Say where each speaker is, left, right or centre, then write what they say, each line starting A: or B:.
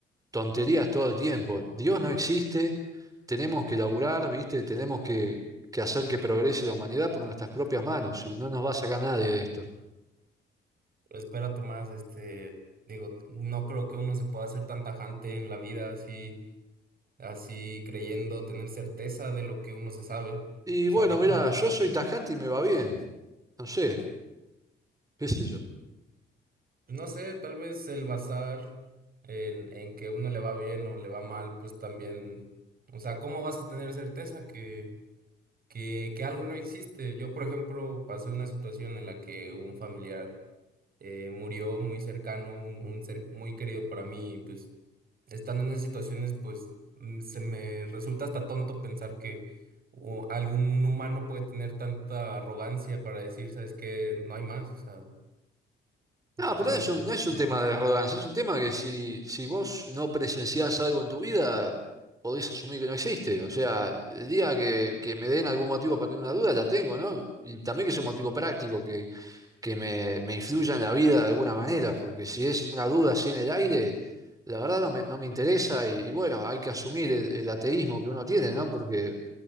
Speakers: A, on the right; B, on the right.
A: tonterías todo el tiempo. Dios no existe, tenemos que laburar, ¿viste? Tenemos que, que hacer que progrese la humanidad por nuestras propias manos y no nos va a sacar nadie de esto.
B: Pero espera, Tomás, este, digo, no creo que uno se pueda ser tan tajante en la vida así, así creyendo tener certeza de lo que uno se sabe.
A: Y
B: O
A: bueno,
B: sea, yo
A: mira,
B: creo que
A: yo soy tajante y me va bien, no sé, qué sé yo.
B: pues, No sé, tal vez el bazar en, en que uno le va bien o le va mal, pues también, o sea, ¿cómo vas a tener certeza que, que, que algo no existe? Yo, por ejemplo, pasé una situación en la que un familiar eh, murió muy cercano, un, un ser muy querido para mí, y pues estando en esas situaciones, pues mm, se me resulta hasta tonto pensar que o, algún un humano puede tener tanta arrogancia para decir, ¿sabes qué? No hay más, o sea, después
A: No, pero
B: de
A: no
B: nosotros,
A: es un, no es un
B: no
A: tema
B: hay más.
A: de arrogancia, es un tema que si, si vos no presenciás algo en tu vida, podés asumir que no existe. O sea, el día que, que me den algún motivo para tener una duda, la tengo, ¿no? Y también que sea un motivo práctico, que, que me, me influya en la vida de alguna manera, porque si es una duda así en el aire, la verdad no me, no me interesa y, y bueno, hay que asumir el, el ateísmo que uno tiene, ¿no? Porque